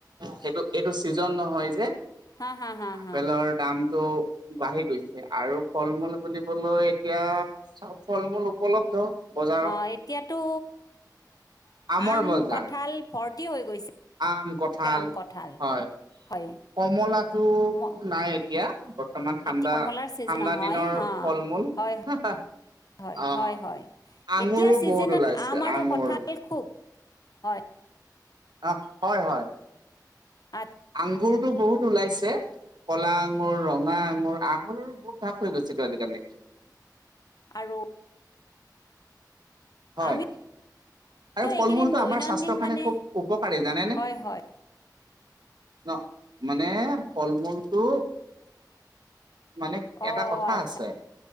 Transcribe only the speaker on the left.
হা হা হা
হা
অ' এতিয়াতো
আম
কঁঠাল ভৰ্তি হৈ গৈছে।
আম কঁঠাল
হয়
ম
এতিয়া কমলাৰ
চিজন নহয়
হা
হয়
হয় হয় হয়
এতিয়া ছিজনত
আম আৰু
কঁঠাল খুব হয়
আঠ
আৰু
আমিও
এইকেইদিন
দৈনন্দিন
মানে
হয় হয়
অ
আচ্ছা